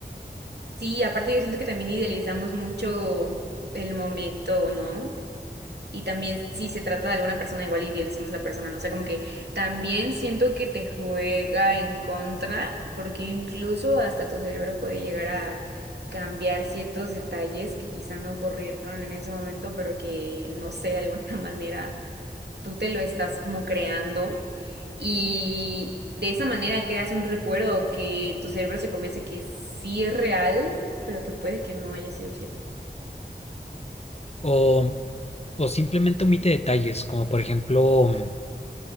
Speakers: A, on the right (about 70°); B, on the left (about 35°).
A: Sí, aparte yo siento que también idealizamos mucho el momento, ¿no? Y también si se trata de alguna persona, igual y idealicemos la persona, ¿no? O sea, como que también siento que te juega en contra, porque incluso hasta tu cerebro puede llegar a cambiar ciertos detalles que quizá no ocurrieron en ese momento, pero que, no sé, de alguna <laughs> manera tú te lo estás como creando. Y de esa manera creas un recuerdo que tu cerebro se convence que sí es real, pero que puede que no haya sido cierto.
B: O, o simplemente omite detalles, como por ejemplo, mm,